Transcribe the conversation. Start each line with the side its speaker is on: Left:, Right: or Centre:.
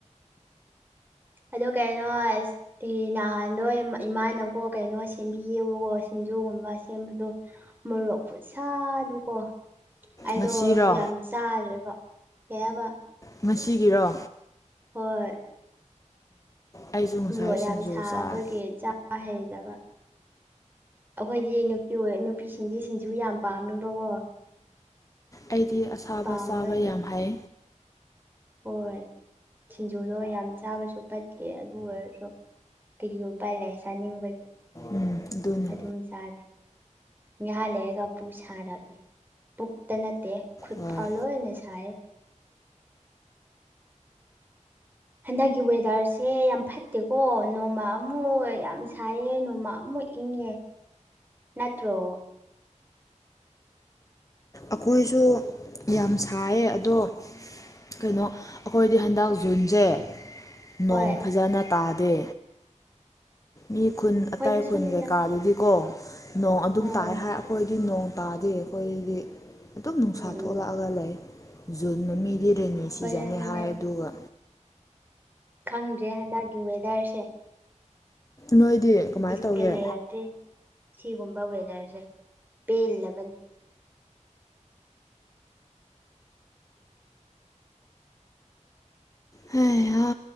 Right: ꯑꯗꯣ ꯀꯩꯅꯣꯁ ꯅꯍꯥꯟꯋꯥꯣꯏ ꯏꯃꯥꯅꯀꯣ ꯀꯩꯅꯣ ꯁꯦꯝꯕꯤꯌꯦꯕꯀꯣ ꯁꯤꯡꯖꯨꯒꯨꯝꯕ ꯁꯦꯝꯕꯗꯣ ꯃꯣꯔꯣꯛ ꯈꯨꯠꯁꯥꯗꯨꯀꯣ ꯑꯩꯗꯣ
Left: ꯉꯁꯤꯔꯣ
Right: ꯌꯥꯝ ꯆꯥꯗ꯭ꯔꯦꯕ ꯀꯌꯥꯕ
Left: ꯉꯁꯤꯒꯤꯔꯣ
Right: ꯍꯣꯏ
Left: ꯑꯩꯁꯨ ꯉꯁꯥꯏ
Right: ꯃꯣꯔꯣꯛ ꯌꯥꯝ
Left: ꯁꯤꯡꯖꯨ
Right: ꯁꯥꯕꯒꯤ
Left: ꯆꯥꯔꯦ
Right: ꯆꯥ ꯍꯩꯗꯕ ꯑꯩꯈꯣꯏꯗꯤ ꯅꯨꯄꯤ ꯑꯣꯏ ꯅꯨꯄꯤꯁꯤꯡꯖꯦ ꯁꯤꯡꯖꯨ ꯌꯥꯝ ꯄꯥꯝꯃꯦꯕꯀꯣ
Left: ꯑꯩꯗꯤ ꯑꯁꯥꯕ
Right: ꯄꯥꯝꯕꯒꯤ
Left: ꯆꯥꯕ ꯌꯥꯝ ꯍꯥꯏ
Right: ꯍꯣꯏ ꯁꯤꯡꯖꯨꯗꯣ ꯌꯥꯝ ꯆꯥꯕꯁꯨ ꯐꯠꯇꯦ ꯑꯗꯨ ꯑꯣꯏꯔꯁꯨ ꯀꯔꯤ ꯎꯄꯥꯏꯂꯩ ꯆꯥꯅꯤꯡꯕꯒꯤ
Left: ꯎꯝ ꯑꯗꯨꯅꯦ
Right: ꯑꯗꯨꯝ ꯆꯥꯔꯦ ꯉꯍꯥ ꯂꯩꯔꯒ ꯄꯨꯛ ꯁꯥꯔꯛꯑꯦ ꯄꯨꯛꯇ ꯅꯠꯇꯦ ꯈꯨꯠ
Left: ꯍꯣꯏ
Right: ꯐꯥꯎ ꯂꯣꯏꯅ ꯁꯥꯏꯌꯦ ꯍꯟꯗꯛꯀꯤ ꯋꯦꯗꯔꯁꯦ ꯌꯥꯝ ꯐꯠꯇꯦꯀꯣ ꯅꯣꯡꯃ ꯑꯃꯨꯛ ꯌꯥꯝ ꯁꯥꯏꯌꯦ ꯅꯣꯡꯃ ꯑꯃꯨꯛ ꯏꯪ ꯏꯪꯉꯦ ꯅꯠꯇ꯭ꯔꯣ
Left: ꯑꯈꯣꯏꯁꯨ ꯌꯥꯝ ꯁꯥꯏꯌꯦ ꯑꯗꯣ ꯀꯩꯅꯣ ꯑꯩꯈꯣꯏꯗꯤ ꯍꯟꯗꯛ ꯖꯨꯟꯁꯦ ꯅꯣꯡ
Right: ꯍꯣꯏ
Left: ꯐꯖꯅ ꯇꯥꯗꯦ ꯃꯤ ꯈꯨꯟ ꯑꯇꯥꯏ
Right: ꯈꯣꯏꯗꯁꯨꯅꯤꯗ
Left: ꯈꯨꯟ ꯀꯩꯀꯥꯗꯗꯤꯀꯣ ꯅꯣꯡ ꯑꯗꯨꯝ
Right: ꯎꯝ
Left: ꯇꯥꯏ ꯍꯥꯏ ꯑꯩꯈꯣꯏꯗꯤ ꯅꯣꯡ ꯇꯥꯗꯤ ꯑꯩꯈꯣꯏꯗꯤ ꯑꯗꯨꯝ ꯅꯨꯡꯁꯥ
Right: ꯎꯝ ꯎꯝ
Left: ꯊꯣꯛꯂꯛꯑꯒ ꯂꯩ ꯖꯨꯟ ꯃꯃꯤꯗꯤ ꯔꯦꯅꯤ
Right: ꯈꯣꯏꯗꯁꯨꯅꯦ
Left: ꯁꯤꯖꯟꯅꯦ ꯍꯥꯏ ꯑꯗꯨꯒ
Right: ꯈꯪꯗ꯭ꯔꯦ ꯍꯟꯗꯛꯀꯤ ꯋꯦꯗꯔꯁꯦ
Left: ꯅꯣꯏꯗꯤ ꯀꯃꯥꯏꯅ
Right: ꯕꯤꯠꯀ
Left: ꯇꯧꯒꯦ
Right: ꯂꯩꯔꯛꯇ꯭ꯔꯦ ꯁꯤꯒꯨꯝꯕ ꯋꯦꯗꯔꯁꯦ ꯄꯦꯜꯂꯕꯅꯦ
Left: ꯍꯩꯍꯥ